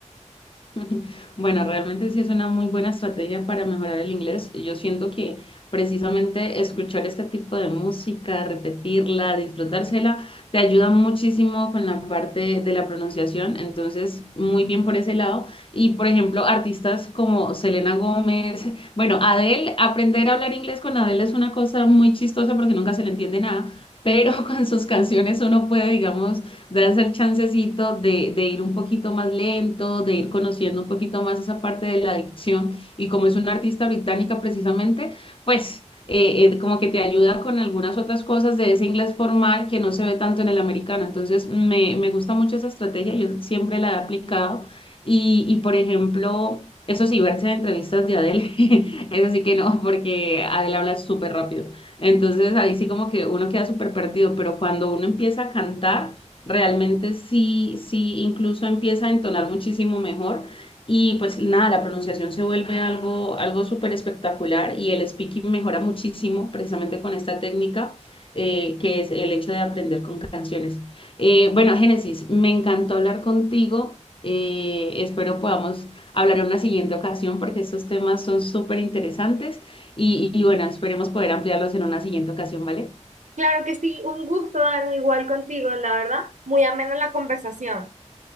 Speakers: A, on the left; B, on the right.
A: <laughs> Bueno, realmente sí es una muy buena estrategia para mejorar el inglés. Yo siento que precisamente escuchar este tipo de música, repetirla, disfrutársela, te ayuda muchísimo con la parte de la pronunciación. Entonces, muy bien por ese lado. Y, por ejemplo, artistas como Selena Gómez, bueno, Adele, aprender a hablar inglés con Adele es una cosa muy chistosa porque nunca se le entiende nada. Pero <laughs> con sus canciones uno puede, digamos, de hacer chancecito, de, de ir un poquito más lento, de ir conociendo un poquito más esa parte de la adicción. Y como es una artista británica precisamente, pues eh, eh, como que te ayuda con algunas otras cosas de ese inglés formal que no se ve tanto en el americano. Entonces, me, me gusta mucho esa estrategia, yo siempre la he aplicado. Y, y por ejemplo, eso sí, verse en entrevistas de Adele, <laughs> eso sí que no, porque Adele habla súper rápido. Entonces, ahí sí como que uno queda súper perdido, pero cuando uno empieza a cantar... Realmente sí, sí, incluso empieza a entonar muchísimo mejor y pues nada, la pronunciación se vuelve algo, algo súper espectacular y el speaking mejora muchísimo precisamente con esta técnica eh, que es el hecho de aprender con canciones. Eh, bueno, Génesis, me encantó hablar contigo. eh, espero podamos hablar en una siguiente ocasión porque estos temas son súper interesantes y, y bueno, esperemos poder ampliarlos en una siguiente ocasión, ¿vale?
B: Claro que sí, un gusto, Dani, igual contigo, la verdad. Muy amena la conversación.